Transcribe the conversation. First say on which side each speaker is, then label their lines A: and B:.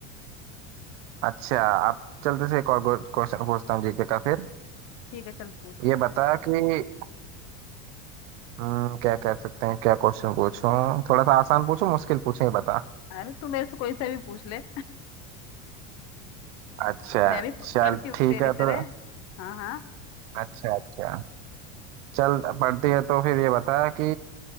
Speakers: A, on the right (about 80°); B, on the left (about 45°).
A: अच्छा अब चलते से एक और क्वेश्चन पूछता हूँ जीके का फिर
B: ठीक है चल पूछ
A: ये बता कि हम्म, क्या कह सकते हैं क्या क्वेश्चन पूछूं थोड़ा सा आसान पूछूं मुश्किल पूछूं ये बता
B: अरे तू मेरे से कोई सा भी पूछ ले <laughs>
A: अच्छा
B: मैं भी प-
A: चल
B: पढ़ती हूँ
A: ठीक
B: तेरी
A: है
B: तरह
A: तो
B: हाँ हाँ
A: अच्छा अच्छा चल पढ़ती है तो फिर ये बता कि